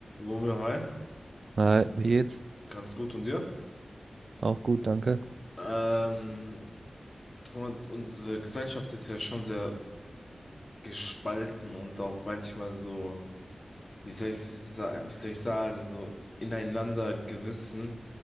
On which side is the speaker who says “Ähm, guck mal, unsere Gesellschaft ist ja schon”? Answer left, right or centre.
Left